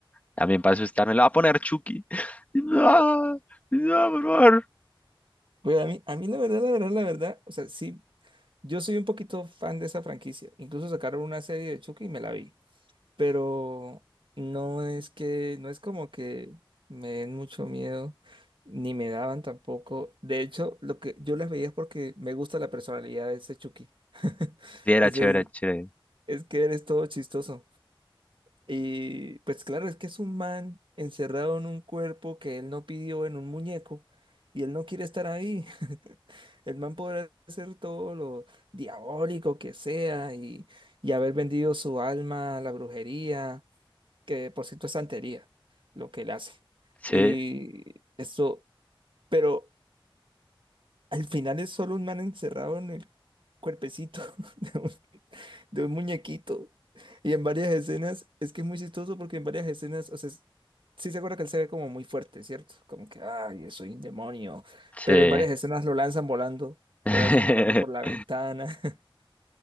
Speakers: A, on the left; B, on the right.
A: también para asustarme, la va a poner Chucky. <laughs> No, no, por favor.
B: Pues a mí, a mí la verdad, la verdad, la verdad, o sea, sí, yo soy un poquito fan de esa franquicia. Incluso sacaron una serie de Chucky y me la vi. pero no es que, no es como que me den mucho miedo, ni me daban tampoco. De hecho, lo que yo las veía es porque me gusta la personalidad de ese Chucky. <laughs>
A: Sí, era
B: Ese-
A: chévere, chévere.
B: es que eres todo chistoso. Y pues claro, es que es un man encerrado en un cuerpo que él no pidió en un muñeco. Y él no quiere estar ahí. <laughs> El man podrá hacer todo lo diabólico que sea y, y haber vendido su alma a la brujería que por cierto es santería lo que él hace.
A: Sí,
B: Y esto, pero al final es solo un man encerrado en el cuerpecito <laughs> de un, de un muñequito. Y en varias escenas, es que es muy chistoso porque en varias escenas, o sea, es- sí se acuerda que él se ve como muy fuerte, ¿cierto? Como que, ay, soy un demonio.
A: sí.
B: Pero en varias escenas lo lanzan volando,
A: <laughs>
B: lo lanzan volando por la ventana. <laughs>